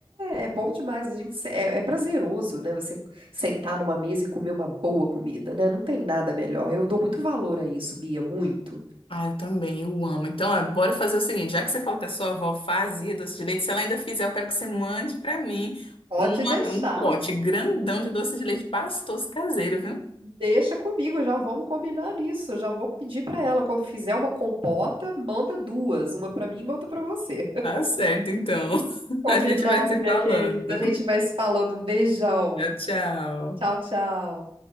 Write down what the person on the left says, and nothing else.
Ah, eu também, eu amo. Então, ó, bora fazer o seguinte, já que você falou que a sua avó fazia doce de leite, se ela ainda fizer, eu quero que você mande pra mim
uma,
um pote grandão de doce de leite pastoso caseiro, viu?
Tá certo, então. <laughs>
A gente vai se
falando.
Tchau, tchau.